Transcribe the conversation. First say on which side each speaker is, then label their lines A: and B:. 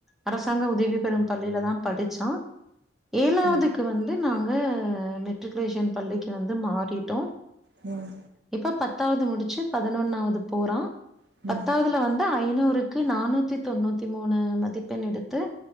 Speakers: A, in the centre; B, on the right.
A: அரசாங்க உதவி பெறும் பள்ளில தா படிச்சா ஏழாவதுக்கு
B: ம்
A: வந்து நாங்க மெட்ரிகுலேஷன் பள்ளிக்கு வந்து மாறிட்டோ
B: ம்
A: இப்ப பத்தாவது முடிச்சு பதினொன்னாவது போறா
B: ம் ம்
A: த்தாவதுல வந்து ஐநூறுக்கு நானூத்தி தொண்ணூத்தி மூணு மதிப்பெண் எடுத்து